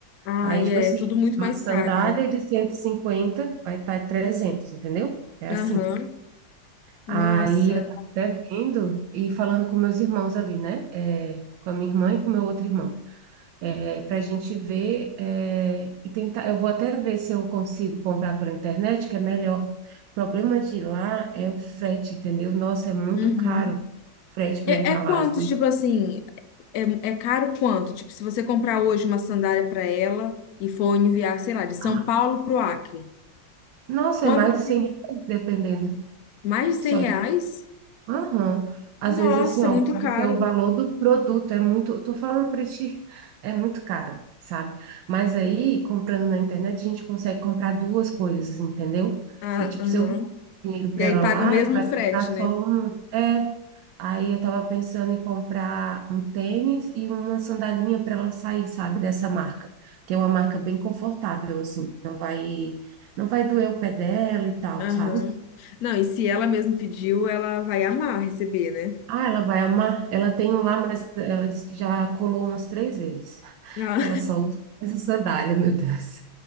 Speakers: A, on the left (about 70°); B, on the right (about 75°).
A: Ai,
B: Aí, tipo
A: é
B: assim,
A: tudo muito
B: uma
A: mais
B: sandália
A: caro, né?
B: de 150 vai estar 300, entendeu? É assim.
A: Aham. Nossa.
B: Aí eu tava até vendo e falando com meus irmãos ali, né? É, com a minha irmã e com meu outro irmão. É, pra gente ver é, e tentar. Eu vou até ver se eu consigo comprar pela internet, que é melhor. O problema de lá é o frete, entendeu? Nossa, é muito
A: Uhum.
B: caro o frete para
A: É,
B: ir para
A: é quantos,
B: lá. assim.
A: tipo assim, é, é caro quanto? Tipo, se você comprar hoje uma sandália para ela e for enviar, sei lá, de
B: Ah,
A: São Paulo pro Acre,
B: nossa,
A: quanto
B: é mais
A: que
B: de
A: fica?
B: 100 reais, dependendo.
A: Mais de 100
B: Só
A: reais?
B: de Aham. Às
A: Nossa,
B: vezes, assim, ó,
A: é muito caro.
B: porque o valor do produto é muito, eu tô falando para ti, é muito caro, sabe? Mas aí, comprando na internet, a gente consegue comprar duas coisas, entendeu?
A: Ah,
B: E, tipo,
A: aham.
B: se eu mandar dinheiro para
A: E aí
B: ela
A: paga
B: lá,
A: o mesmo
B: ela vai
A: frete,
B: comprar só
A: né?
B: um. É. Aí eu tava pensando em comprar um tênis e uma sandalinha para ela sair, sabe, dessa marca, que é uma marca bem confortável, assim, não vai, não vai doer o pé dela e tal,
A: Aham.
B: sabe?
A: Não, e se ela mesmo pediu, ela vai amar receber, né?
B: Ah, ela vai amar. Ela tem um lá, mas ela disse que já colou umas três vezes. <laughs>
A: Ah,
B: Que ela só usa essa sandália, meu Deus.